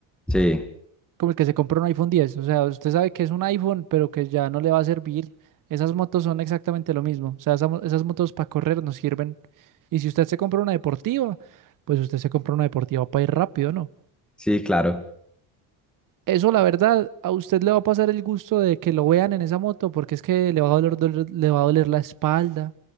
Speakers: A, in the centre; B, on the right.
A: Sí,
B: como el que se compra un iPhone 10, o sea, usted sabe que es un iPhone, pero que ya no le va a servir. Esas motos son exactamente lo mismo, o sea, esas, mo- esas motos para correr nos sirven. Y si usted se compra una deportiva, pues usted se compra una deportiva para ir rápido, ¿no?
A: sí, claro.
B: Eso, la verdad, a usted le va a pasar el gusto de que lo vean en esa moto, porque es que le va a doler, doler- le va a doler la espalda,